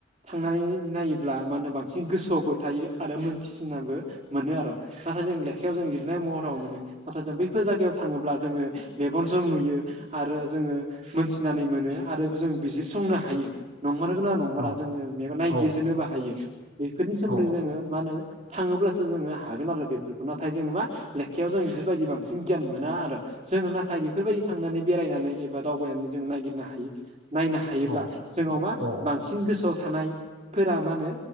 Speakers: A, on the right; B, on the right.
A: थांनानै नायोब्ला मा होनो बांसिन गोसोआवबो थायो आरो मोनथिसिनाबो मोनो आरो। नाथाय जों लेखायाव जों लिरनाय महराव मोनो। नाथाय जों बैफोर जायगायाव थाङोब्ला जोङो मेगनजों नुयो। आरो जोङो मोनथिनानै मोनो आरो जों बिजिरसंनो हायो नंमारगौना नंमारा
B: औ
A: जोङो नायबिजिरनोबो
B: औ
A: हायो। बेफोरनि सोमोन्दै
B: औ
A: जोङो मा होनो थाङोब्लासो जोङो हागोन आरो बेफोरखौ नाथाय जोङो मा लेखायाव जों बेफोरबायदि बांसिन गियान मोना आरो। जोङो नाथाय बेफोरबायदि थांनानै बेरायनानै एबा दावबायनानै जों नागिरनो हायो। नायनो हायोब्ला
B: औ
A: जोंनाव मा
B: औ
A: बांसिन गोसोआव थानायफोरा मा होनो